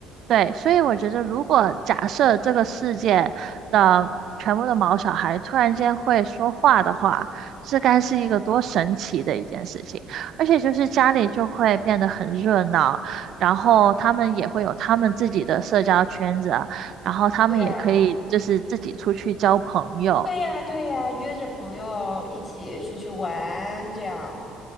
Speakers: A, on the right (about 55°); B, on the left (about 30°).
A: 对，所以我觉得，如果假设这个世界的全部的毛小孩突然间会说话的话，这该是一个多神奇的一件事情。而且就是家里就会变得很热闹，然后他们也会有他们自己的社交圈子啊然后他们也可以就是自己出去交朋友。
B: 对啊，对呀，对呀，约着朋友一起出去玩，这样。